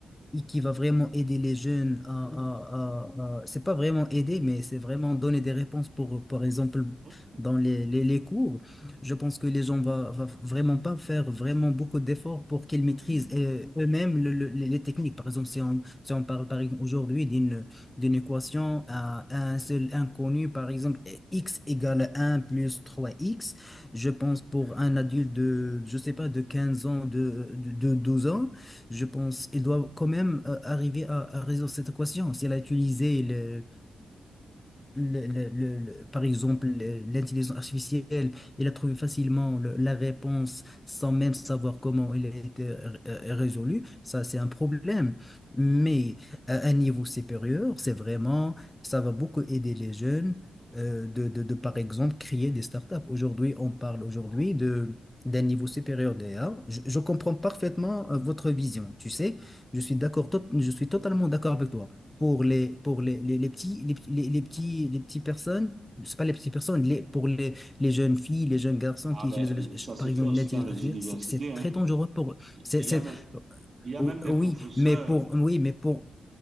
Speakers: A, on the left; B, on the right.
A: et qui va vraiment aider les jeunes à, à- à- à- c'est pas vraiment aider, mais c'est vraiment donner des réponses pour, par exemple,
B: Mhm,
A: dans les, les, les cours. Je pense que les gens va, va vraiment pas faire vraiment beaucoup d'efforts pour qu'ils maîtrisent
B: mhm,
A: euh, eux-mêmes le- le- les les techniques. Par exemple, si on, si on parle par exemple aujourd'hui d'une, d'une équation à un seul inconnu, par exemple, x égale un plus trois x je pense pour un adulte de, je sais pas, de 15 ans, de, de, de 12 ans, je pense il doit quand même euh, arriver à, à résoudre cette équation. S'il a utilisé le, le- le- le- le- par exemple, le- l'intelligence artificielle, il a trouvé facilement le- la réponse sans même savoir comment elle a été euh, euh, résolue. Ça, c'est un problème. Mais
B: mhm.
A: à un niveau supérieur, c'est vraiment, ça va beaucoup aider les jeunes euh, de, de, de, par exemple, créer des startups. Aujourd'hui, on parle aujourd'hui de d'un niveau supérieur d'IA. Je, je comprends parfaitement euh, votre vision, tu sais. Je suis d'accord, tot- je suis totalement d'accord avec toi pour les, pour les, les, les petits, les, petits- les, les petits, les petites personnes, c'est pas les petites personnes, les, pour les, les jeunes filles, les jeunes garçons
B: Ah
A: qui
B: ben,
A: utilisent, le-
B: euh, ça se
A: par exemple,
B: fait aussi
A: l'intelligence
B: dans les
A: artificielle,
B: universités,
A: c'est c'est
B: hein.
A: très dangereux pour eux.
B: Il
A: C'est, c'est-
B: y a même, il y a
A: ou-
B: même des
A: Oui,
B: professeurs,
A: mais pour,
B: il
A: oui, mais pour,